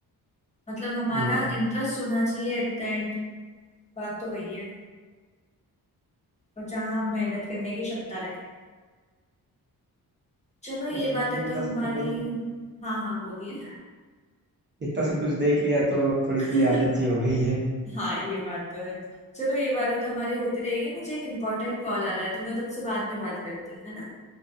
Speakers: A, on the left; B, on the right.
A: मतलब हमारा
B: हाँ
A: इंटरेस्ट होना चाहिए एट द एंड बात तो वही है और जहाँ हम मेहनत करने की क्षमता रखें चलो ये
B: भाई
A: बातें
B: मतलब इतना
A: तो हमारी
B: सब कुछ देख
A: हाँ हाँ बोलिए
B: इतना सब कुछ देख लिया तो थोड़ी
A: <laughs>
B: सी आदत सी हो गई है
A: हाँ ये बात तो है चलो ये बातें तो हमारी होती रहेगी मुझे एक इम्पोर्टेंट कॉल आ रहा है तो मैं तुमसे बाद में बात करती हूँ है ना